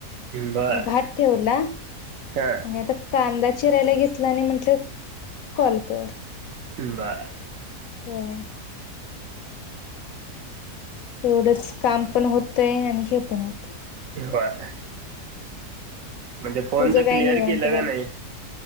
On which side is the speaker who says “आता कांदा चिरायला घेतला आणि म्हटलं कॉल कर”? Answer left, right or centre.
Left